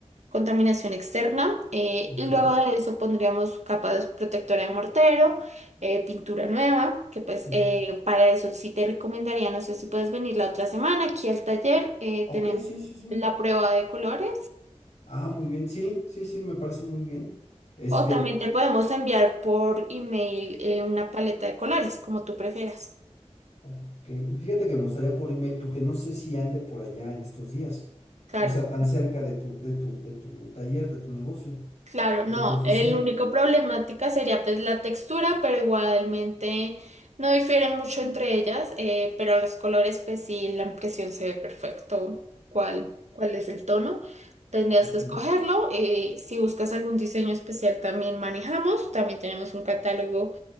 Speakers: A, on the right; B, on the left.
A: contaminación externa eh,
B: ok.
A: y luego de eso pondríamos capa de- protectora de mortero, eh, pintura nueva, que pues
B: O-
A: eh, para eso sí te recomendaría, no sé si puedes venir la otra semana aquí al taller, eh,
B: Ok,
A: tenemos
B: sí, sí, sí.
A: la prueba de colores
B: Ah, muy bien, sí, sí, sí, me parece muy bien. Este,
A: o también te podemos enviar por email eh, una paleta de colores, como tú prefieras.
B: ok, fíjate que me gustaría por email porque no sé si ande por allá en estos días,
A: Claro.
B: o sea, tan cerca de tu, de tu, de tu taller, de tu negocio,
A: Claro,
B: o de
A: no,
B: tu oficina,
A: el único problemática sería pues la textura, pero igualmente no difieren mucho entre ellas, eh, pero los colores pues sí, la impresión se ve perfecto cuál, cuál es el tono. Tendrías
B: ok,
A: que escogerlo. eh, si buscas algún diseño especial también manejamos, también tenemos un catálogo